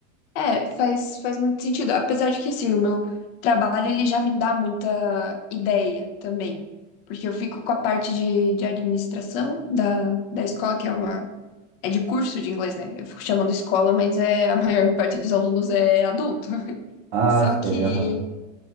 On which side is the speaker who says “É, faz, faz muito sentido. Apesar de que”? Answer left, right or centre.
Left